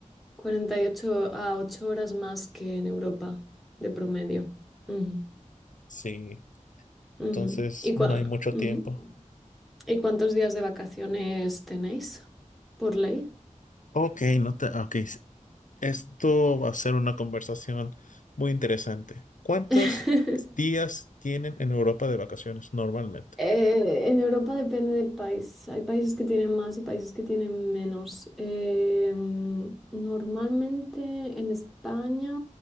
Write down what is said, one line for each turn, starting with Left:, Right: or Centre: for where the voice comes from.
Centre: cuarenta y ocho a ocho horas más que en Europa, de promedio. Ujú,
Left: Sí,
Centre: ujú.
Left: entonces
Centre: ¿Y, cua-
Left: no hay mucho
Centre: ujú.
Left: tiempo.
Centre: ¿Y cuántos días de vacaciones tenéis por ley?
Left: Ok, no te, ok, Esto va a ser una conversación muy interesante. ¿Cuántos
Centre: <laughs>
Left: días tienen en Europa de vacaciones normalmente?
Centre: Eh, en Europa depende del país. Hay países que tienen más y países que tienen menos. Eh, mm, normalmente en España